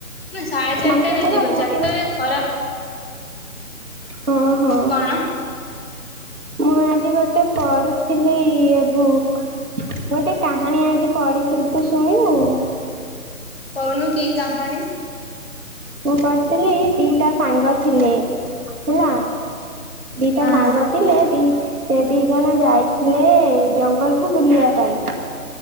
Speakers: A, on the left; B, on the right.
A: ନା ସାଢେ ଚାରଟାରେ
B: ଜାଣିଛୁ ସାଙ୍ଗ
A: ଯିବା
B: ମୁଁ
A: ଚାରଟାରେ
B: ଆଜି
A: ଖରା
B: ହୁଁ ହୁଁ।
A: କଣ?
B: ମୁଁ ଆଜି ଗୋଟେ ପଢୁଥିଲି ଇଏ ବୁକ୍। ଗୋଟେ କାହାଣୀ ଆଜି ପଢିଥିଲି ତୁ ଶୁଣିବୁ?
A: କହୁନୁ କି କାହାଣୀ?
B: ମୁଁ କହୁଥିଲି ଦିଟା ସାଙ୍ଗ ଥିଲେ। ହେଲା? ଦିଟା
A: ହଁ
B: ସାଙ୍ଗ ଥିଲେ ଦି ସେ ଦି ଜଣ ଯାଇଥିଲେ ଜଙ୍ଗଲକୁ ବୁଲିବା ପାଇଁ।